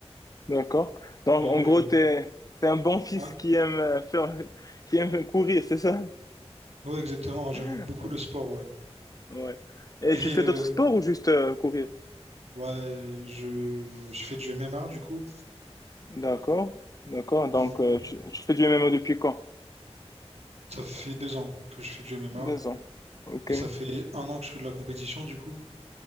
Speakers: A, on the left; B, on the right.
A: D'accord. Donc,
B: Et
A: en gros,
B: euh,
A: t'es, t'es un bon fils
B: ouais,
A: qui aime euh, faire, qui aime courir, c'est ça?
B: ouais, exactement. J'aime
A: <laughs>
B: beaucoup le sport. ouais.
A: Ouais. Et
B: Et
A: tu fais
B: euh,
A: d'autres sports ou juste euh, courir?
B: ouais, je, je fais du MMA du coup.
A: D'accord, d'accord. Donc,
B: Hmm.
A: euh, tu, tu fais du MMO depuis quand?
B: Ça fait deux ans que je fais du MMA
A: Deux ans. Ok.
B: et ça fait un an que je fais de la compétition du coup.